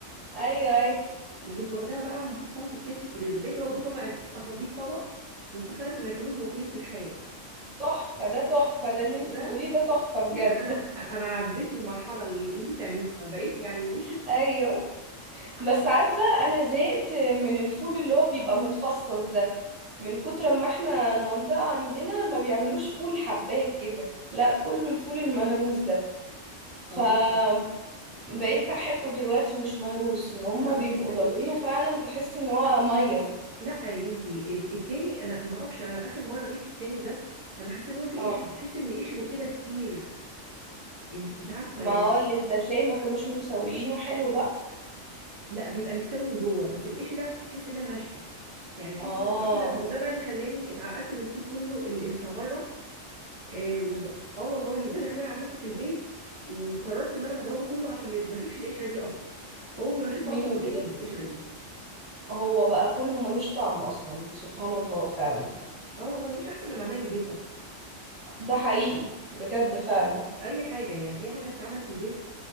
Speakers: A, on the right (about 30°); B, on the right (about 50°).
A: ايوه ايوه
B: وجيت واخداها بقى محطها في اكياس في الفريزر بقيت بقى بطلع الكيس افضيه في طبق ومسخنه في الميكرويف واكلين في الحال
A: تحفه ده تحفه ده اللي
B: شفتي
A: انتي
B: بقى
A: بتقوليه ده تحفه بجد
B: يعني انا انا عديت المرحله اللي انت بتعمليها بقيت يعني
A: <laughs> ايوه بس عارفه انا زهقت من الفول اللي هو بيبقى متفصص ده من كتر ما احنا المنطقه عندنا ما بيعملوش فول حبات كده لا كله الفول المهروس ده
B: <laughs>
A: فبقيت
B: اه
A: احبه دلوقتي مش مهروس ان هما
B: لا بس
A: بيبقوا
B: بيبقى
A: ضاربينه
B: في قشر
A: فعلا تحس ان هو ميه
B: لا يا بنتي الت- التاني انا ما اعرفش انا بقى اخر مره جبت التاني ده انا حاسه ان هو في
A: اه
B: قشر تحس ان قشره كده كتير مش عارفه
A: ما
B: يعني
A: اقولك ده تلاقي ما كانوش مسويينه حلو بقى
B: لا بيبقى مستوي من جوه بس القشره تحس انها ناشفه يعني تحس
A: اه
B: ان القشره ما هو ده بقى اللي خلاني اتعقدت من الفول كله اللي اللي بتاع بره اه وب- آه والله ده اللي خلاني عملت في البيت وقررت ان انا هضربه كله عشان ما يب- ما اشوفش القشره دي اصلا اول ما بشوفها
A: بيني
B: اصلا
A: وبينك
B: بتضايقني القشره دي
A: هو بقى كله ملوش طعم اصلا سبحان الله فعلا
B: اه والله مفيش احسن من عمايل البيت اصلا
A: ده حقيقي بجد فعلا
B: اي حاجه يعني اي حاجه تتعمل في البيت